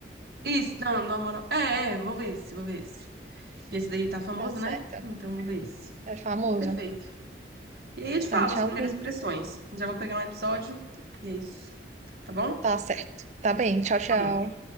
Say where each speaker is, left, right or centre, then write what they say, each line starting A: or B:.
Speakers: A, on the right (about 60°); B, on the right (about 40°).
A: Isso, não, do amor. ao- É, é, vou ver esse, vou ver esse. Porque esse daí tá famoso,
B: Tá certo.
A: né? Então vou ver esse.
B: É famoso.
A: Perfeito. E aí eu te
B: Então,
A: falo
B: tchauzinho.
A: as primeiras impressões. Já vou pegar um episódio e é isso. Tá bom?
B: Tá certo. Tá bem. Tchau, tchau.
A: Tá bom.